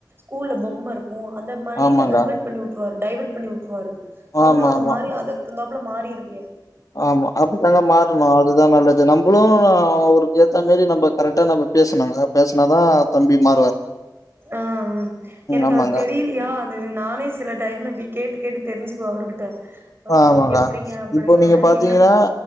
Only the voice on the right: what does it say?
கூல்ல பொம்மருக் உ அந்த மைண்ட
கன்வெர்ட் பண்ணி உட் ட்ருவா‌ டைவர்ட் பண்ணி உ ட்ருவாரு அவனு
அத
மாரி அதுக்தகுந்தாப்ல மாறி இரு வியா
ஆ எனக்கது
தெரிலெயா அது நானே சில டைம்ல இப்டி கேட்டு கேட்டு தெரிஞ்சுக்குவ அவர்கிட்ட ஆ
எப்டிங்க அப்டின்னோனே
இல்ல